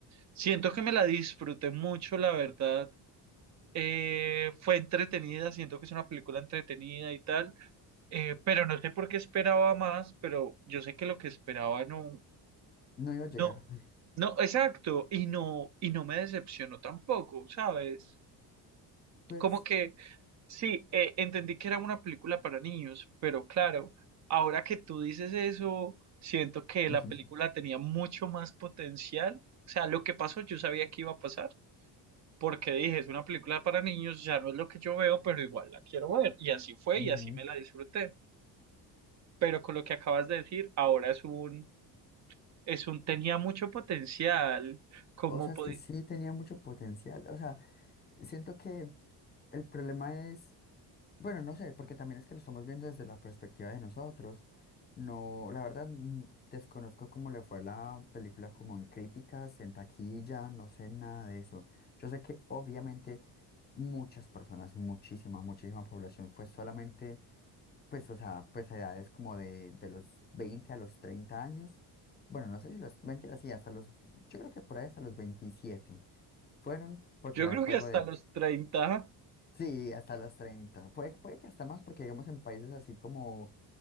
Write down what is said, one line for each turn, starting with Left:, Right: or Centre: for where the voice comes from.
Right: Siento que me la disfruté mucho, la verdad eh, fue entretenida, siento que es una película entretenida y tal, eh, pero no sé por qué esperaba más, pero yo sé que lo que esperaba no,
Left: No iba a llegar.
Right: no,
Left: <laughs>
Right: no, exacto, y no, y no me decepcionó tampoco, ¿sabes?
Left: Pues,
Right: Como que sí, eh, entendí que era una película para niños, pero claro, ahora que tú dices eso, siento que
Left: ujú,
Right: la película tenía mucho más potencial, o sea, lo que pasó yo sabía que iba a pasar porque dije, es una película para niños, ya no es lo que yo veo, pero igual la quiero ver. Y así fue
Left: ujú.
Right: y así me la disfruté. Pero con lo que acabas de decir, ahora es un, es un tenía mucho potencial, como
Left: O sea,
Right: podi-
Left: es que sí tenía mucho potencial. O sea, siento que el problema es Bueno, no sé, porque también es que lo estamos viendo desde la perspectiva de nosotros. No, la verdad, mm, desconozco cómo le fue a la película como en críticas, en taquilla, no sé nada de eso. Yo sé que obviamente muchas personas, muchísima, muchísima población fue solamente, pues, o sea, pues a edades como de, de los 20 a los 30 años. Bueno, no sé si los, mentira, sí, hasta los, yo creo que por ahí hasta los 27 fueron porque
Right: yo
Left: era
Right: creo
Left: el juego
Right: que hasta
Left: de
Right: los treinta
Left: Sí, hasta los 30. Puede, puede que hasta más, porque digamos en países así como,